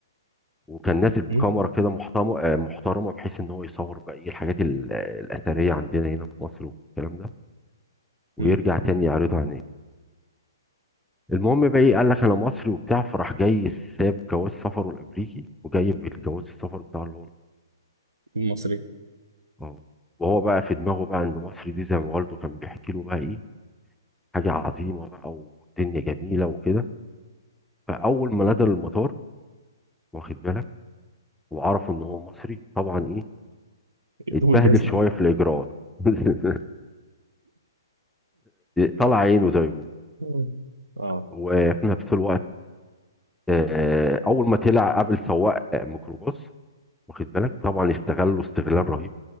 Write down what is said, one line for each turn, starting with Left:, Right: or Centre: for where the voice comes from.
Centre: وكان نازل بكاميرا
Right: مم.
Centre: كده محترمه آه، محترمه بحيث ان هو يصور بقى ايه الحاجات ال- آه، الاثريه عندنا هنا في مصر والكلام ده
Right: مم.
Centre: ويرجع تاني يعرضها هناك المهم بقى ايه قال لك انا مصري وبتاع فراح جاي ساب جواز سفره الامريكي وجايب الجواز السفر بتاعه اللي هو
Right: المصري
Centre: اه وهو بقى في دماغه بقى ان مصر دي زي ما والده كان بيحكي له بقى ايه حاجه عظيمه بقى والدنيا جميله وكده فاول ما نزل المطار واخد بالك وعرفوا ان هو مصري طبعا ايه اتبهدل
Right: دوب الجزمه
Centre: شويه في الاجراءات <laughs> طلع عينه زي ما بيقولوا
Right: مم. اه
Centre: وفي نفس الوقت آه، اول ما طلع قابل سواق آه، ميكروباص واخد بالك طبعا استغله استغلال رهيب